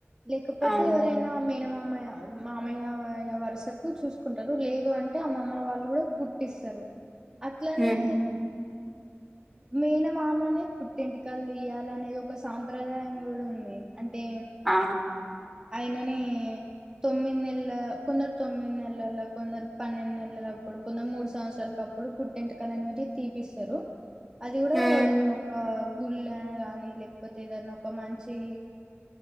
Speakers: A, on the right; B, in the centre.
A: లేకపోతే
B: అవును
A: ఎవరైనా మేనమామయ మామయ్య వరుసకు చూసుకుంటారు లేదు అంటే అమ్మమ్మ వాళ్ళు కూడా కుట్టిస్తారు అట్లానే
B: హ్మ్
A: మేనమామనే పుట్టింటికలు తీయాలి అనేది ఒక సాంప్రదాయం కూడా ఉంది అంటే
B: ఆ
A: అయిననే తొమ్మిది నెల కొందరు తొమ్మిది నెలల కొందరు పన్నెండు నెలలప్పుడు కొందరు మూడు సంవత్సరాల అప్పుడు పుట్టింటికలు అనేది తీపిస్తారు అది కూడా
B: హ్మ్
A: ఏదైనా ఒక గుళ్ళ గానీ లేకపోతే ఏదన్నా ఒక మంచి